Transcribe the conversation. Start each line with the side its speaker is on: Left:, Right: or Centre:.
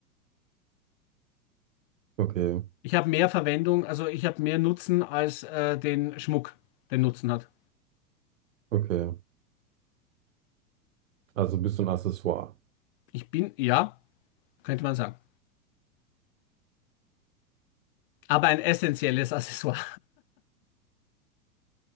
Right: Okay,
Left: ich habe mehr Verwendung, also ich habe mehr Nutzen als äh, den Schmuck, den Nutzen hat.
Right: okay. Also bist du ein Accessoire.
Left: Ich bin, ja, könnte man sagen. Aber ein essentielles Accessoire.